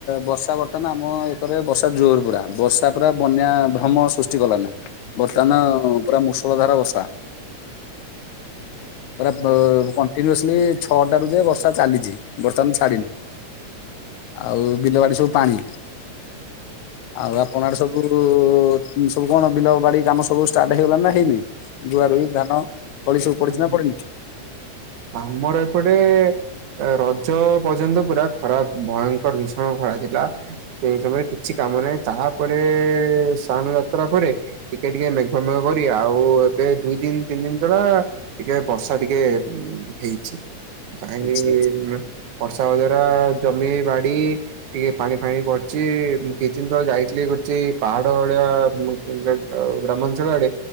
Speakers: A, on the left; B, on the right.
A: ବର୍ଷା ବର୍ତ୍ତମାନ ଆମ ଏକରେ ବର୍ଷା ଜୋରେ ପୁରା ବର୍ଷା ପୁରା ବନ୍ୟା ଭ୍ରମ ସୃଷ୍ଟି କଲାନି। ବର୍ତ୍ତମାନ ପୁରା ମୂଷଳ ଧାରା ବର୍ଷା।
B: <unintelligible>
A: ପୁରା ପୁ କଣ୍ଟିନ୍ୟୁସ୍ଲି ଛଅଟା ରୁ ଯେ ବର୍ଷା ଚାଲିଛି ବର୍ତ୍ତମାନ ଛାଡ଼ିନି। ଆଉ ବିଲ ବାଡ଼ି ସବୁ ପାଣି, ଆଉ ଆପଣ ଆଡ଼େ ସବୁ ଉ ଉ ଉ ସବୁ କଣ ବିଲ ବାଡ଼ି କାମ ସବୁ ଷ୍ଟାର୍ଟ ହେଇଗଲାଣି ନା ହେଇନି ରୁଆ ରୁଇ? ଧାନ ତଳି ସବୁ ପଡ଼ିଛି
B: ଆମ
A: ନା ପଡ଼ିନି?
B: ଆମର ଏପଟେ ରଜ ପର୍ଯ୍ୟନ୍ତ ପୁରା ଖରା ଭୟଙ୍କର ଭୀଷଣ ଖରା ଥିଲା ସେଇ ସମୟରେ କିଛି କାମ ନାହିଁ ତାପରେ ସ୍ନାନ୍ ଯାତ୍ରା ପରେ ଟିକେ ଟିକେ ମେଘ ମେଘ କରି ଆଉ ଏବେ ଦୁଇ ତିନ ତିନି ଦିନ ତଳା ଟିକେ ବର୍ଷା ଟିକେ ହେଇଛି। କାହିଁକି
A: ଆଚ୍ଛା
B: ବର୍ଷା ହବା ଦ୍ଵାରା ଜମି ବାଡ଼ି ଟିକେ ପାଣି ଫାଣି ପଡ଼ିଛି କିଛି ଦିନ ତଳେ ଯାଇଥିଲି ଗୁଚି ପାହାଡ଼ ଭଳିଆ ଗା ଗା ଗ୍ରାମାଞ୍ଚଳ ଆଡ଼େ